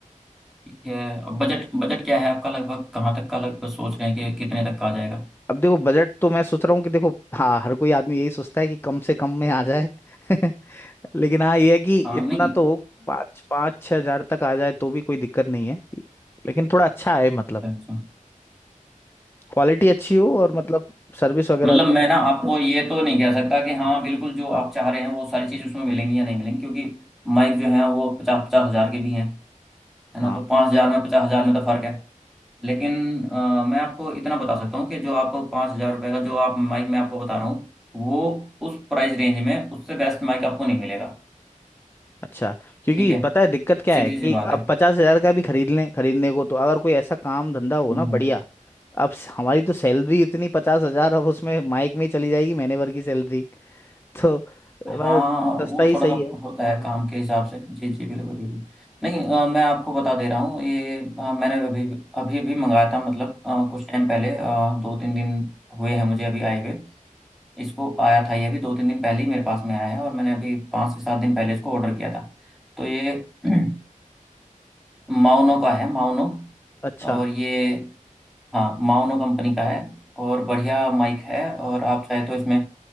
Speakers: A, in the centre; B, on the left.
A: ठीक है बजट बजट क्या है आपका लगभग कहाँ तक का लगभग सोच रहे हैं कि कितने तक का आ जाएगा
B: अब देखो बजट तो मैं सोच रहा हूँ कि देखो हाँ हर कोई आदमी यही सोचता है कि कम से कम में आ जाए <laughs> लेकिन हाँ ये है कि इतना
A: हाँ नहीं
B: तो पाँच पाँच छह हजार तक आ जाए तो भी कोई दिक्कत नहीं है लेकिन थोड़ा अच्छा है मतलब
A: <clears throat> अच्छा
B: क्वालिटी अच्छी हो और मतलब सर्विस वगैरह
A: मतलब
B: बढ़िया।
A: मैं ना आपको ये तो नहीं कह सकता कि हाँ बिल्कुल जो आप चाह रहे हैं वो सारी चीज़ उसमें मिलेंगी या नहीं मिलेंगी क्योंकि माइक जो है वो पचास पचास हजार के भी हैं है ना
B: हाँ
A: तो पाँच हजार में पचास हजार में तो फर्क है लेकिन अ, मैं आपको इतना बता सकता हूँ कि जो आपको पाँच हजार रुपये का जो आप माइक मैं आपको बता रहा हूँ वो उस प्राइस रेंज में उससे बेस्ट माइक आपको नहीं मिलेगा
B: अच्छा क्योंकि
A: ठीक है
B: पता है दिक्कत क्या
A: सीधी
B: है कि
A: सी बात
B: अब
A: है
B: पचास हजार का भी खरीद लें खरीदने को तो अगर कोई ऐसा काम धंधा हो
A: हम्म
B: ना
A: हम्म।
B: बढ़िया अब स- हमारी तो सैलरी इतनी पचास हजार अब उसमें माइक में ही चली जाएगी महीने भर की सैलरी <laughs> तो अ,
A: हाँ
B: सस्ता
A: वो
B: ही
A: थोड़ा
B: सही
A: सा
B: है
A: होता है
B: हाँ
A: काम के हिसाब से जी जी बिल्कुल बिल्कुल नहीं अ, मैं आपको बता दे रहा हूँ ये अ, मैंने अभी अभी भी मंगाया था मतलब अ, कुछ टाइम पहले अ, दो तीन दिन हुए हैं मुझे अभी आए हुए इसको आया था ये अभी दो तीन दिन पहले ही मेरे पास में आया है और मैंने अभी पाँच से सात दिन पहले इसको ऑर्डर किया था तो ये <clears throat> माउनो का है माउनो
B: अच्छा
A: और ये हाँ माओनो कंपनी का है और बढ़िया माइक है और आप चाहे तो इसमें